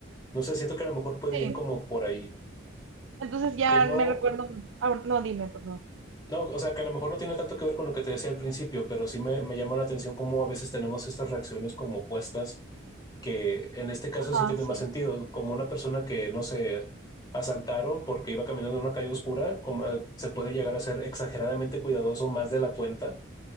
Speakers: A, on the left (about 20°); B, on the right (about 80°).
A: No sé, siento que a lo mejor puede
B: sí.
A: ir como por ahí,
B: Entonces ya
A: que no,
B: me recuerdo, ah, no, dime, por favor.
A: no, o sea, que a lo mejor no tiene tanto que ver con lo que te decía al principio, pero sí me, me llama la atención cómo a veces tenemos estas reacciones como opuestas que en este caso
B: Ajá,
A: sí tiene
B: sí.
A: más sentido, como una persona que, no sé, asaltaron porque iba caminando en una calle oscura, como, eh, se puede llegar a ser exageradamente cuidadoso más de la cuenta